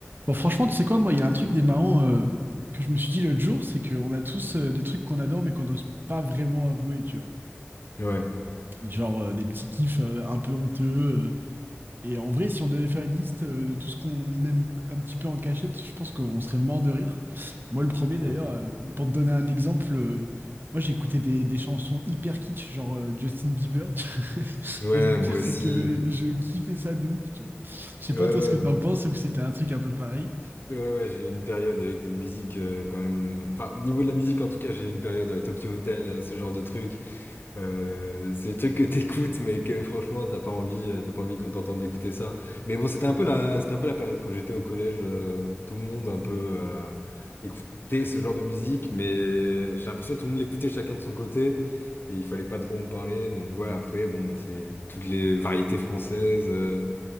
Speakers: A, on the right; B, on the left.
A: Bon, franchement, tu sais quoi, moi, il y a un truc des marrants euh, que je me suis dit l'autre jour, c'est qu'on a tous euh, des trucs qu'on adore mais qu'on n'ose pas vraiment avouer, tu vois.
B: Ouais,
A: Genre euh, des petits kiffs euh, un peu honteux. euh, et en vrai, si on devait faire une liste euh, de tout ce qu'on aime un petit peu en cachette, je pense qu'on serait mort de rire. Moi, le premier d'ailleurs,
B: ouais,
A: euh, pour te donner un exemple, euh, moi j'écoutais des, des chansons hyper kitsch, genre euh, Justin Bieber. tu vois. <laughs>
B: Ouais,
A: Et le
B: moi
A: pire,
B: aussi.
A: c'est que je kiffais ça de ouf, tu vois. Je sais
B: Ouais,
A: pas
B: ouais,
A: toi ce que
B: m-
A: t'en penses ou si t'as un truc un peu pareil.
B: ouais, ouais, j'ai eu une période avec des musiques euh, quand même. Enfin, au niveau de la musique, en tout cas, j'ai eu une période à Tokyo Hotel, euh, ce genre de trucs. Euh, c'est des trucs que t'écoutes, mais que franchement, t'as pas envie, euh, t'as pas envie qu'on t'entende écouter ça. Mais bon, c'était un peu la, c'était un peu la période quand j'étais au collège. euh, tout le monde un peu euh, écoutait ce genre de musique, mais j'ai l'impression que tout le monde l'écoutait chacun de son côté. Et il fallait pas trop en parler, mais ouais, après, bon, bah, c'est toutes les variétés françaises. euh,